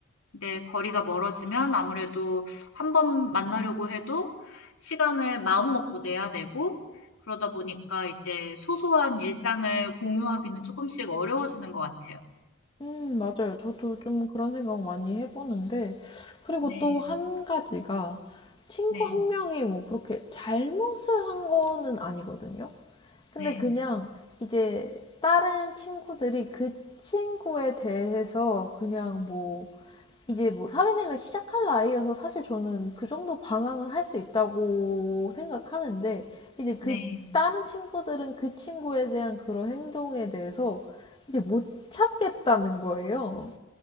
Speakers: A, on the left; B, on the left.
A: 네, 거리가 멀어지면 아무래도 한 번 만나려고 해도 시간을 마음먹고 내야 되고, 그러다 보니까 이제 소소한 일상을 공유하기는 조금씩 어려워지는 것 같아요.
B: 음, 맞아요. 저도 좀 그런 생각 많이 해보는데, 그리고
A: 네,
B: 또 한 가지가 친구
A: 네,
B: 한 명이 뭐 그렇게 잘못을 한 거는 아니거든요. 근데
A: 네,
B: 그냥 이제 다른 친구들이 그 친구에 대해서 그냥 뭐 이제 뭐 사회생활 시작할 나이여서 사실 저는 그 정도 방황을 할 수 있다고 생각하는데 이제 그
A: 네.
B: 다른 친구들은 그 친구에 대한 그런 행동에 대해서 이제 못 참겠다는 거예요.